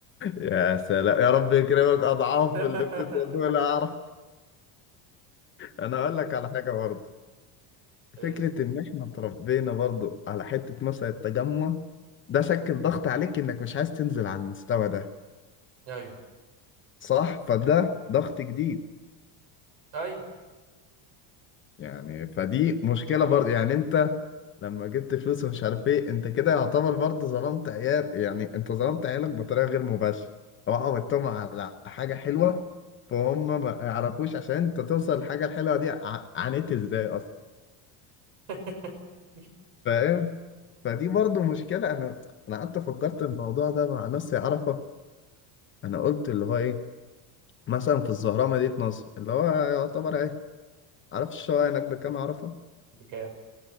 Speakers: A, on the left; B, on the right.
A: يا سلام يا رب يكرمك أضعاف
B: <laughs>
A: اللي بتتقال دول أعرف أنا أقول لك على حاجة برضه
B: ايه
A: فكرة إن إحنا اتربينا برضو على حتة مثلا التجمع ده شكل ضغط عليك إنك مش عايز تنزل على المستوى ده
B: ايوه
A: صح؟ فده ضغط جديد
B: ايوه
A: يعني فدي مشكلة برضو يعني أنت لما جبت فلوس ومش عارف إيه أنت كده يعتبر برضو ظلمت عيال يعني أنت ظلمت عيالك بطريقة غير مباشرة هو عودتهم على حاجة حلوة فهم ما يعرفوش عشان أنت توصل للحاجة الحلوة دي ع- عانيت إزاي أصلا
B: <laughs>
A: فاهم؟ فدي برضو مشكلة أنا أنا قعدت فكرت الموضوع ده مع ناس يعرفة انا قلت اللي هو ايه مثلا في الزهراء مدينة نصر اللي هو يعتبر ايه عارف الشقة هناك بكام عارفة
B: بكام